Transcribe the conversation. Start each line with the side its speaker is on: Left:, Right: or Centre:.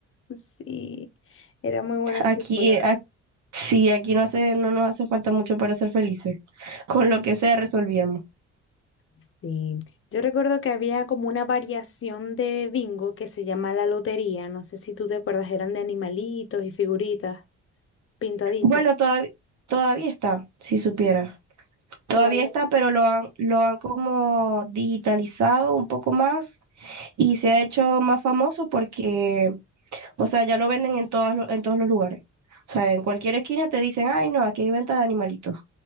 Left: Sí, era muy buenos
Right: Aquí,
Left: tiempos, la verdad.
Right: a- sí, aquí no hace, no nos hace falta mucho para ser felices. Con lo que sea resolvíamos.
Left: Sí, yo recuerdo que había como una variación de bingo que se llama la lotería, no sé si tú te acuerdas, eran de animalitos y figuritas pintaditos.
Right: Bueno, todavía todavía está, si supiera Todavía
Left: Todavía.
Right: está, pero lo han, lo han como digitalizado un poco más y se ha hecho más famoso porque, o sea, ya lo venden en todas, lo- en todos los lugares. O sea, en cualquier esquina te dicen, ay, no, aquí hay venta de animalitos.